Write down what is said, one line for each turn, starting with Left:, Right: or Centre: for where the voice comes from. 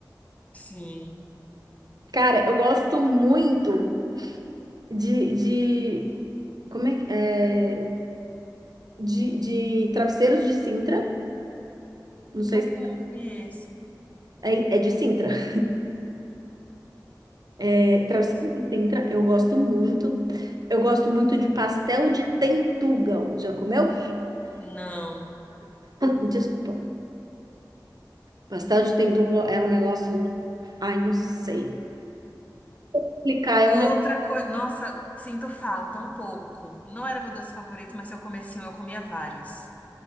Left: Sim.
Right: Cara, eu gosto muito. de, de como é, que- é de, de travesseiros de Sintra, não
Left: Nunca
Right: sei se
Left: não vi esse.
Right: é, é de Sintra. <laughs> É, travesseiros
Left: Deve ser.
Right: de Sintra, eu gosto muito. Eu gosto muito de pastel de tentugal. Já comeu?
Left: Não.
Right: Desculpa. Pastel de tentugal é um negócio, ai, não sei explicar, é
Left: Outra
Right: um negócio
Left: coisa. Nossa, sinto falta um pouco. Não era meu doce favorito, mas se eu comesse um, eu comia vários.